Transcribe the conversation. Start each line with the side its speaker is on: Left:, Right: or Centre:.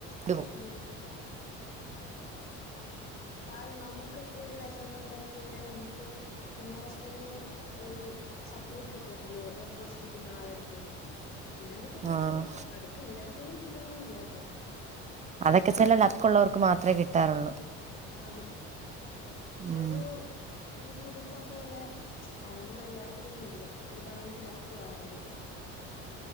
Right: ഇതും
Left: ഉം ആഹ് നമുക്ക് ഒക്കെ ഒരു വിഷമം ഉണ്ടായി കഴിഞ്ഞാൽ നമുക്ക് ഇമോഷണലി ഒരു സപ്പോർട്ട് കിട്ടത്തില്ലേ ഓപ്പോസിറ്റ് നിൽക്കുന്ന ആളെടുത്ത് അങ്ങനെയൊക്കെ കിട്ടും
Right: ആഹ്
Left: അതൊക്കെ എല്ലാട്ത്ത്ന്നും കിട്ടണന്നില്ല കേട്ടോ
Right: അതൊക്കെ ചില ലക്ക് ഉള്ളവർക്ക് മാത്രേ കിട്ടാറുള്ളൂ,
Left: ആന്ന്
Right: ഉം
Left: ഒരു ഒരു കുടുംബം പോലെ അങ്ങനൊന്നും എല്ലാട്തൊന്നും ഇല്ല ഇനിപ്പ അങ്ങൻത്തെ ലക്കുവാ വേണ്ടത്